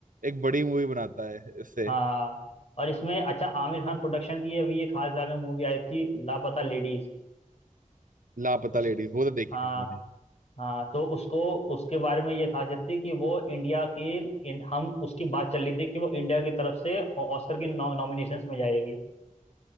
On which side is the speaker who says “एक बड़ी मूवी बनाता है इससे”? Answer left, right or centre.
Right